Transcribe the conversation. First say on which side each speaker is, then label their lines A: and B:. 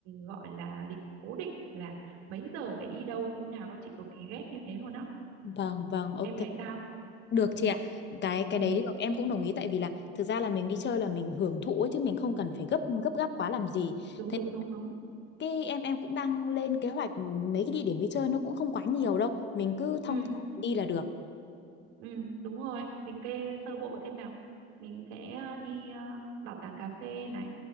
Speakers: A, on the right; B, on the left.
A: gọi là lịch cố định là mấy giờ phải đi đâu như thế nào đâu chị cực kỳ ghét như thế luôn á
B: Vâng, vâng, ok.
A: em thấy sao
B: Được
A: ừ
B: chị ạ. Cái cái
A: ừ
B: đấy được em cũng đồng ý tại vì là thực ra là mình đi chơi là mình hưởng thụ ấy chứ mình không cần phải gấp gấp gáp quá làm gì.
A: đúng
B: thế
A: đúng đúng đúng
B: Cái em em cũng đang lên kế hoạch mấy cái địa điểm đi chơi nó cũng không quá nhiều đâu. Mình cứ thong
A: ừ
B: thả đi là được.
A: Ừ, đúng rồi, mình kê sơ bộ xem nào. Mình sẽ ờ, đi ờ, bảo tàng cà phê này,